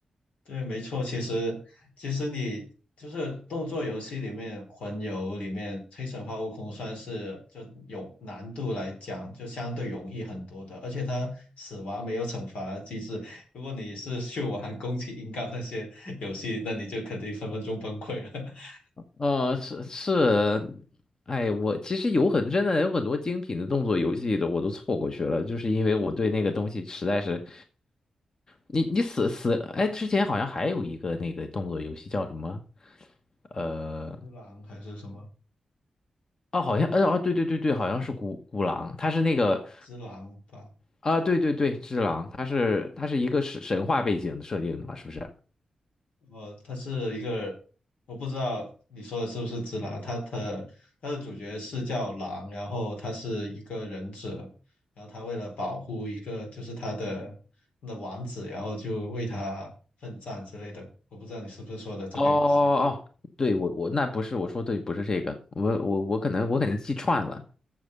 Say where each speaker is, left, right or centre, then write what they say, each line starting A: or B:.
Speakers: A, on the left (about 85°); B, on the left (about 35°).
A: 对，没错。其实，其实你就是动作游戏里面，魂游里面，黑神话悟空算是就有难度来讲，就相对容易很多的。而且它死亡没有惩罚机制。如果你是去玩宫崎英高那些游戏，那你就肯定分分钟崩溃了。<laughs>
B: 呃，是是，哎，我其实有很真的有很多精品的动作游戏的，我都错过去了，就是因为我对那个东西实在是，你你死死，哎，之前好像还有一个那个动作游戏叫什么？呃，
A: 之狼还是什么？
B: 哦，好像，呃，哦，对对对对，好像是孤孤狼，它是那个，
A: 之狼吧，
B: 啊、对对对，只狼，它是它是一个神神话背景的设定的嘛，是不是？
A: 哦，他是一个，我不知道你说的是不是只狼，他的他的主角是叫狼，然后他是一个忍者，然后他为了保护一个就是他的他的王子，然后就为他奋战之类的。我不知道你是不是说的这个游戏。
B: 哦哦哦，对我我那不是我说对，不是这个，我我我可能我可能记串了。